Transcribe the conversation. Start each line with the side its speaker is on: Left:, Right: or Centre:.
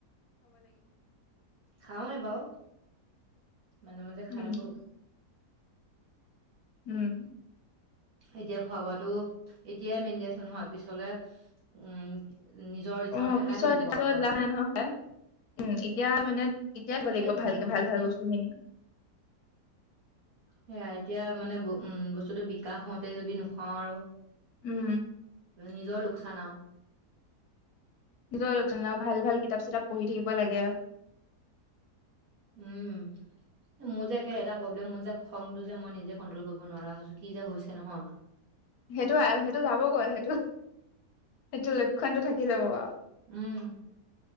Right: খাওঁ এ বাউ মাজে মাজে
Left: উম
Right: খাই থাকো।
Left: উম
Right: এতিয়া খোৱা বোৱাটো এতিয়াই মেইন দিয়াচোন। নহয় পিছলে উম নিজৰ ইচ্ছামতে
Left: অ, পিছত,
Right: খাই থাকিব
Left: পিছত
Right: আৰু পোৱালি
Left: লাভ নাই নহয় খাই। উম, এতিয়া মানে এতিয়াই খাব লাগিব
Right: সেইটোৱে
Left: ভালকে
Right: উম,
Left: ভাল-ভাল বস্তুখিনি।
Right: সেয়া এতিয়া মানে উম বস্তুটো বিকাশ হওঁতে যদি নুখুৱাও আৰু।
Left: উম
Right: নিজৰ লোক লোকচান আও।
Left: নিজৰ লোকচান আও। ভাল-ভাল কিতাপ-চিতাপ পঢ়ি থাকিব লাগে।
Right: উম মোৰ যে একে এটা প্ৰব্লেম, মোৰ যে খংটো যে মই নিজে কন্ট্ৰল কৰিব নোৱাৰা হৈছো। কি যে হৈছে নহয়।
Left: সেইটো, সেইটো যাবগৈ। সেইটো সেইটো লক্ষণতটো থাকি যাব আৰু।
Right: উম।